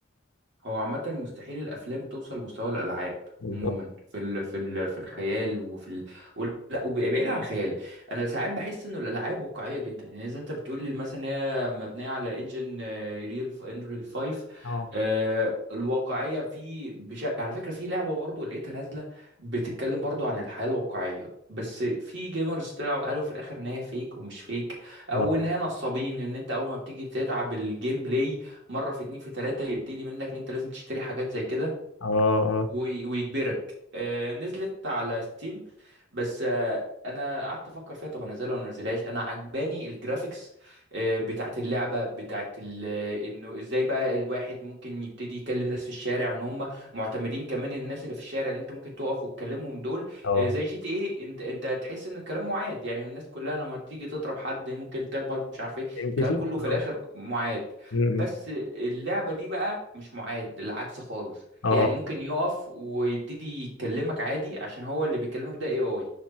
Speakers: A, on the right; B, on the left.
A: هو عامة مستحيل الأفلام توصل لمستوى الألعاب
B: بالظبط
A: عموما في ال في ال في الخيال وفي ال وال- لا وبعيد عن الخيال أنا ساعات بحس إنه الألعاب واقعية جدا يعني إذا أنت بتقول لي مثلا هي مبنية على إنجن ريل إنريل 5
B: اه
A: آه، الواقعية في بشكل على فكرة في لعبة برضه لقيتها نازلة بتتكلم برضه عن الحياة الواقعية بس في جيمرز طلعوا قالوا في الآخر إن هي فيك ومش فيك أو
B: اه
A: إن هي نصابين إن أنت أول ما بتيجي تلعب الجيم بلاي مره في اتنين في تلاته يبتدي منك ان انت لازم تشتري حاجات زي كده
B: اه اه
A: وي- ويجبرك آه، نزلت على ستيم بس آه، انا قعدت افكر فيها طب انزلها ولا ما انزلهاش انا عجباني الجرافيكس آه، بتاعت اللعبه بتاعت ال- انه ازاي بقى الواحد ممكن يبتدي يكلم ناس في الشارع ان هم معتمدين كمان الناس اللي في الشارع اللي انت ممكن تقف وتكلمهم دول
B: اه
A: آه، زي جي تي ايه انت انت تحس ان الكلام معاد يعني الناس كلها لما تيجي تضرب حد ممكن تخبط مش عارف ايه
B: ام
A: الكلام
B: بي سي
A: كله
B: كلهم
A: في الاخر معاد
B: م- م.
A: بس آه، اللعبه دي بقى مش معاد العكس خالص
B: اه
A: يعني ممكن يقف ويبتدي يكلمك عادي عشان هو اللي بيكلمك ده اي اي